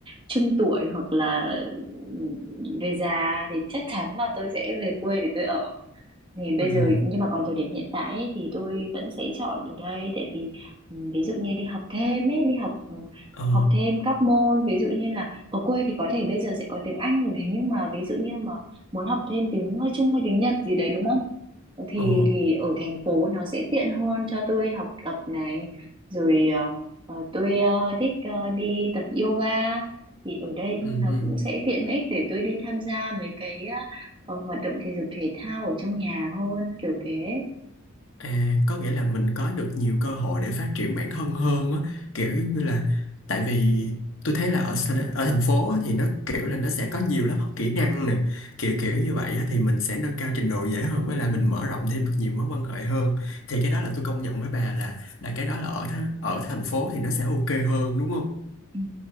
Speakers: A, on the right; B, on the left.
A: trung tuổi hoặc là ừ, về già thì chắc chắn là tôi sẽ về quê để tôi ở thì bây
B: Ừm,
A: giờ nhưng mà còn thời điểm hiện tại ấy, thì tôi vẫn sẽ chọn ở đây tại vì ừ, ví dụ như đi học thêm ấy đi học ừ,
B: ờ
A: học thêm các môn ví dụ như là ở quê thì có thể bây giờ sẽ có tiếng Anh rồi thế nhưng mà ví dụ như mà muốn học thêm tiếng ờ, Trung hay tiếng Nhật gì đấy đúng không thì
B: ờ
A: thì ở thành phố nó sẽ tiện hơn cho tôi học tập này rồi ờ, ờ, tôi ờ, thích ờ, đi tập yoga thì ở đây nó
B: Ừm, ừm.
A: cũng sẽ tiện ích để tôi đi tham gia mấy cái ờ, ờ, hoạt động thể dục thể thao ở trong nhà hơn kiểu thế
B: À, có nghĩa là mình có được nhiều cơ hội để phát triển bản thân hơn á, kiểu như là tại vì tôi thấy là ở sa- ở thành phố á, thì nó kiểu là nó sẽ có nhiều lớp học kỹ năng nè, kiểu kiểu như vậy á, thì mình sẽ nâng cao trình độ dễ hơn với lại mình mở rộng thêm được nhiều mối quan hệ hơn. Thì cái đó là tôi công nhận với bà là là cái đó là ở tha- ở thành phố thì nó sẽ ok hơn đúng không?
A: Ừ,